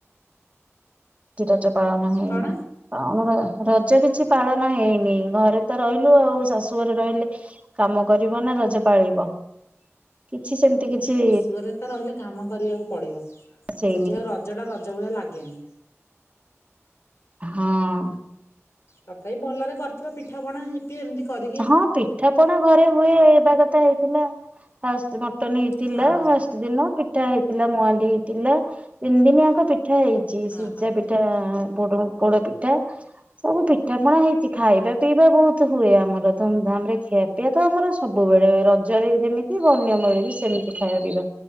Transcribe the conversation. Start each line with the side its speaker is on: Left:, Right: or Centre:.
Right: କିଛି ରଜ ପାଳନ ହେଇନି।
Left: କଣ
Right: <unintelligible> ରଜ କିଛି ପାଳନ ହେଇନି। ଘରେ ତ ରହିଲୁ ଆଉ ଶାଶୁ ଘରେ ରହିଲେ କାମ କରିବ ନା ରଜ ପାଳିବ। କିଛି ସେମିତି କିଛି
Left: <unintelligible> ତ ରହିଲେ କାମ କରିବାକୁ ପଡ଼ିବ
Right: ହେଇନି।
Left: ସେଠି ଆଉ ରଜଟା ରଜ ଭଳିଆ ଲାଗେନି।
Right: ହଁ।
Left: ତଥାପି ଭଲରେ କରିଥିବ ପିଠାପଣା ଏଇ କିଏ ଏମତି କରି
Right: ହଁ ପିଠା ପଣା ଘରେ ହୁଏ। ହେବା କଥା ହେଇଥିଲା। ଫାଷ୍ଟ ମଟନ ହେଇଥିଲା
Left: ହଁ
Right: ଫାଷ୍ଟ ଦିନ। ପି ପିଠା ହେଇଥିଲା ମୁଆଣ୍ଡି ହେଇଥିଲା। ତିନି ଦିନିଆଙ୍କ ପି ପିଠା ହେଇଚି।
Left: ହଁ
Right: ସିଝା ପିଠା ପୋଡ଼ ପୋଡ ପିଠା ସବୁ ପିଠା ପଣା ହେଇଚି। ଖାଇବା ପିଇବା ବହୁତ ହୁଏ ଆମର। ପୁରା ଧୁମଧାମ ରେ ଖିଆପିଆ ତ ଆମର ସବୁବେଳେ। ରଜରେ ଯେମିତି ଅନ୍ୟ ବେଳେ ବି ସେମିତି ଖାଇବା ପିଇବା।